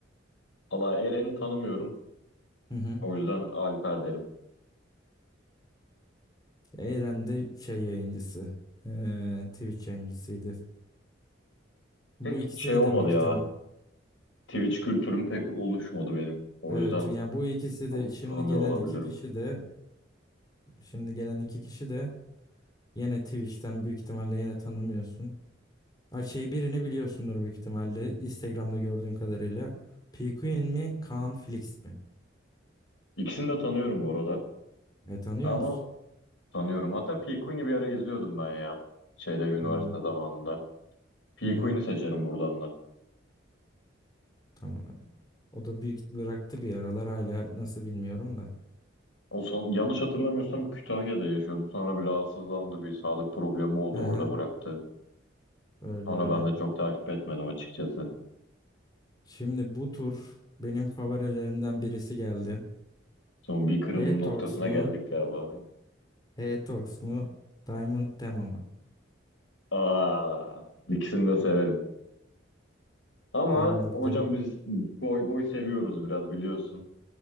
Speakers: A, on the left (about 75°); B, on the left (about 20°).
A: Valla Eren'i tanımıyorum.
B: Hı hı.
A: O yüzden Alper derim.
B: Eren de şey yayıncısı, eee, Twitch yayıncısıydı. Bu
A: Pek
B: ikisini
A: şey olmadı
B: de büyük
A: ya.
B: ihtimal.
A: Twitch kültürüm pek oluşmadı benim. O
B: Evet,
A: yüzden
B: yani bu ikisi
A: çok
B: de şimdi
A: tanımıyor
B: gelen
A: olabilirim.
B: iki kişi de Şimdi gelen iki kişi de Yine Twitch'ten büyük ihtimalle yine tanımıyorsun. Ay şey birini biliyorsundur büyük ihtimalle Instagram'da gördüğün kadarıyla. PQN mi Kaan Flix mi?
A: İkisini de tanıyorum bu arada.
B: E tanıyor
A: Ama
B: musun?
A: tanıyorum. Hatta P. Queen'i bir ara izliyordum ben ya. Şeyde üniversite
B: Hmm,
A: zamanında. P.
B: Hı hı.
A: Queen'i seçerim buradan da.
B: Tamam. O da büyük bıraktı bir aralar hala nasıl bilmiyorum da.
A: O son, yanlış hatırlamıyorsam Kütahya'da yaşıyordu. Sonra bir rahatsızlandı. Bir sağlık problemi oldu.
B: Hı
A: Orada
B: hı.
A: bıraktı.
B: Öyle
A: Sonra
B: öyle.
A: ben de çok takip etmedim açıkçası.
B: Şimdi bu tur benim favorilerimden birisi geldi.
A: Son bir kırılma
B: H-Tox
A: noktasına
B: mu?
A: geldik galiba.
B: H-Tox mu? Diamond Tema mı?
A: Aa, ikisini de severim. Ama
B: Ben burada
A: hocam biz goy goy seviyoruz biraz biliyorsun.